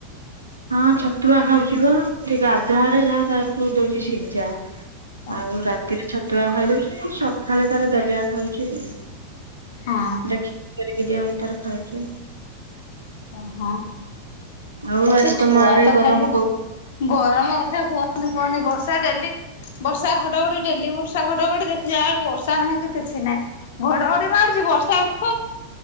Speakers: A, on the right; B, on the left.
A: ହଁ ଛତୁଆ ଖାଉଛି ବା ଟିକେ ଗାଧୁଆଳେ ଯାହା ତାକୁ ଦଉଛି ସିଝା।
B: ଓହୋ
A: ଆଉ ରାତିରେ ଛତୁଆ ଖାଇଦଉଛି ସଖାଳେ ତାର ଦଲିଆ ଖାଉଛି ଆଉ।
B: ହଁ
A: ଦେଖିକି କରି ଦିଆ ହଉଚି ତାର ଖାଉଛି।
B: ଅ ହଁ।
A: ଆଉ
B: ଏ
A: ଆଜି
B: ତ
A: ତମ
B: ଛୁଆ
A: ଆଡେ
B: ତ
A: ଗରମ
B: ଖାଲି
A: କ
B: ଗରମ କଥା କୁହନି କୁହନି ବର୍ଷା ଡେଲି ବର୍ଷା ଘଡଘଡି ଡେଲି ବର୍ଷା ଘଡଘଡି ଦେଖିଲାଳକୁ ବର୍ଷା ନାହିଁ କି କିଛି ନାହିଁ। ଘଡଘଡି ମାରୁଚି ବର୍ଷା ଉଠ